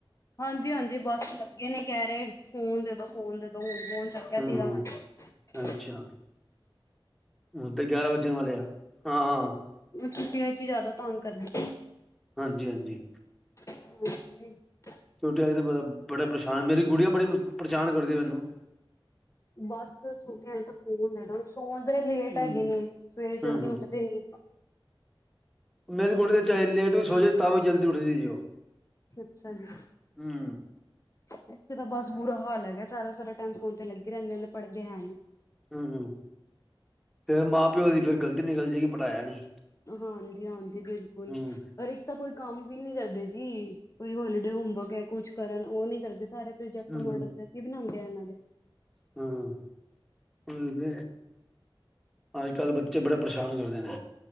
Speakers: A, on the left (about 35°); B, in the centre.
A: ਹਾਂਜੀ, ਹਾਂਜੀ ਬੱਸ ਲੱਗੇ ਨੇ ਕਹਿ ਰਹੇ ਫੋਨ ਦੇ ਦੋ, ਫੋਨ ਦੇ ਦੋ ਹਣ ਫੋਨ ਚੱਕਿਆ
B: ਹੂੰ
A: ਸੀਗਾ ਮੈਂ,
B: ਅੱਛਾ
A: ਹਾਂਜੀ।
B: ਹੁਣ ਤੇ ਗਿਆਰਾਂ ਵੱਜਣ ਵਾਲੇ ਆ ਹਾਂ।
A: ਉਹ ਛੁੱਟੀਆਂ ਵਿਚ ਹੀ ਜ਼ਿਆਦਾ ਤੰਗ ਕਰਦੇ।
B: ਹਾਂਜੀ, ਹਾਂਜੀ।
A: ਹਾਂ <unintelligible>
B: ਛੋਟੀ ਆਲੀ ਤੇ ਬ ਬੜਾ ਪਰੇਸ਼ਾਨ ਮੇਰੀ ਗੁੜੀਆ ਬੜੀ ਪਰੇਸ਼ਾਨ ਕਰਦੀ ਮੈਨੂੰ।
A: ਬਸ ਛੁੱਟੀਆਂ ਚ ਤਾਂ ਫੋਨ ਦੇਦੋ ਸੌਣ ਦੇ ਲੇਟ
B: ਹੂੰ
A: ਹੈਗੇ ਨੇ ਸਵੇਰੇ
B: ਹੂੰ
A: ਜਲਦੀ
B: ਹੂੰ
A: ਉੱਠਦੇ ਨੀਂ।
B: ਮੇਰੀ ਕੁੜੀ ਤੇ ਚਾਹੇ ਲੇਟ ਵੀ ਸੋ ਜੇ ਤਾਂ ਵੀ ਜਲਦੀ ਉੱਠਦੀ ਜੇ ਉਹ।
A: ਅੱਛਾ ਜੀ।
B: ਹੂੰ
A: ਇੱਥੇ ਤਾਂ ਬਸ ਬੁਰਾ ਹਾਲ ਹੈਗਾ ਸਾਰਾ ਸਾਰਾ ਟਾਈਮ ਫੋਨ ਤੇ ਲੱਗੇ ਰਹਿੰਦੇ ਨੇ ਪੜ੍ਹਦੇ ਹੈ ਨੀਂ।
B: ਹੁੰ, ਹੁੰ ਫਿਰ ਮਾਂ ਪਿਓ ਦੀ ਫੇਰ ਗ਼ਲਤੀ ਨਿਕਲ ਜਾਏਗੀ ਪੜ੍ਹਾਇਆ ਨੀ।
A: ਹਾਂਜੀ, ਹਾਂਜੀ ਬਿਲਕੁਲ।
B: ਹੂੰ
A: ਪਰ ਇੱਕ ਤਾਂ ਕੋਈ ਕੰਮ ਵੀ ਨੀ ਕਰਦੇ ਜੀ ਕੋਈ ਹੋਲੀਡੇ ਹੋਮਵਰਕ ਹੈ ਕੁਛ ਕਰਨ ਉਹ ਨੀ ਕਰਦੇ ਸਾਰੇ ਪ੍ਰੋਜੈਕਟ
B: ਹੂੰ
A: ਮੋਡਲ ਦੇ ਅਸੀਂ ਬਣਾਉਂਦੇ ਆ ਇਹਨਾਂ ਦੇ
B: ਹਾਂ ਅੱਜ ਕੱਲ ਬੱਚੇ ਬੜੇ ਪਰੇਸ਼ਾਨ ਕਰਦੇ ਨੇ